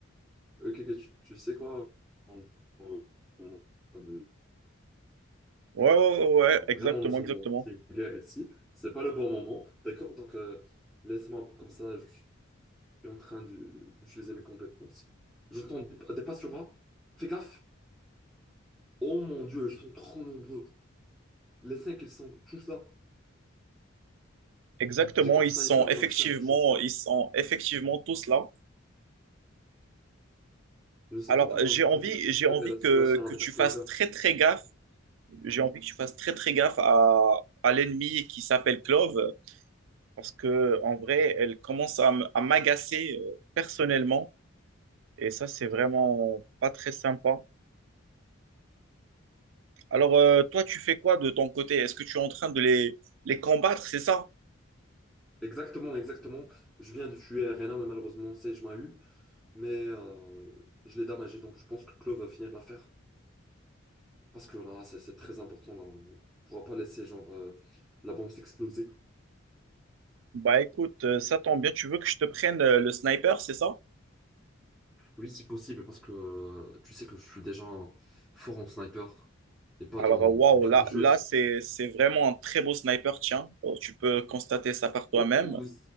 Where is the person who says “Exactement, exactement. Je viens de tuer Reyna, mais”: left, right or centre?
Centre